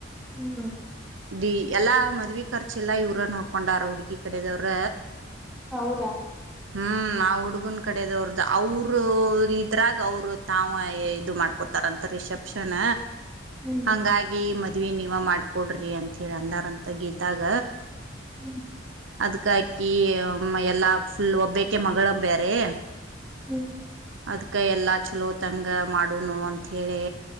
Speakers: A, in the centre; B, on the right.
A: ಹ್ಮ್
B: ಡಿ ಎಲ್ಲಾ ಮದ್ವಿ ಖರ್ಚು ಎಲ್ಲ ಇವ್ರ ನೋಡ್ಕೊಂಡಾರ ಹುಡುಗಿ ಕಡೆದವ್ರ
A: ಹೌದ
B: ಹ್ಮ್ ನಾವು ಹುಡುಗ್ ಹುಡುಗ್ ಕಡೆದವ್ರ್ದ ಅವರು ಇದ್ರಾಗ ಅವರು ತಾವು ಇದು ಮಾಡ್ಕೋತಾರಂತ ರಿಸೆಪ್ಷನ್
A: ಹ್ಮ್
B: ಹಂಗಾಗಿ ಮತ್ತ ಮದ್ವಿ ನೀವ ಮಾಡ್ಕೊಡ್ರಿ ಅಂತ ಹೇಳಿ ಅಂದಾರಂತ ಗೀತಾಗ
A: ಹ್ಮ್
B: ಅದ್ಕ್ ಹಾಕಿ ಎಲ್ಲಾ ಫುಲ್ ಒಬ್ಬಕೆ ಮಗಳು ಬೇರೇ
A: ಹ್ಮ್
B: ಅದ್ಕ್ಕೆ ಎಲ್ಲ ಚಲೋ ತಂಗ ಮಾಡುನು ಅಂತೇಳಿ